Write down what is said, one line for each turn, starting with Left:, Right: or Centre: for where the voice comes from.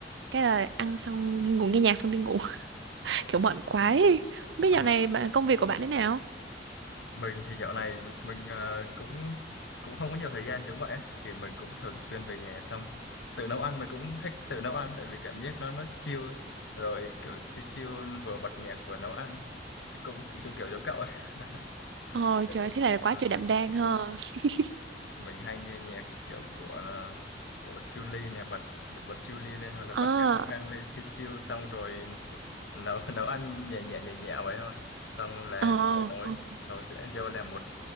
Right: cái là ăn xong đi ngủ nghe nhạc xong đi ngủ, <laughs>
Left: Ờ,
Right: kiểu bận quá ấy. Không biết
Left: Ờ,
Right: dạo này bạn- công việc của bạn thế nào?
Left: mình thì dạo này mình ờ, cũng cũng không có nhiều thời gian giống vậy thì mình cũng thường xuyên về nhà xong tự nấu ăn mình cũng thích tự nấu ăn tại vì cảm giác nó nó chill rồi kiểu chill chill vừa bật nhạc vừa nấu ăn cũng kiểu kiểu giống cậu ấy. <laughs>
Right: Ôi
Left: kiểu-
Right: trời, thế này là quá
Left: Ờ,
Right: trời đảm đang ha. <laughs>
Left: mình hay nghe nhạc kiểu của ờ, của Chillies nè bật bật bật Chillies lên hoặc là
Right: Ờ,
Left: bật các hoang lên chill chill xong rồi nấu nấu ăn nhẹ nhẹ nhẹ nhẹ vậy thôi xong là
Right: ờ.
Left: buổi tối tối sẽ vô làm một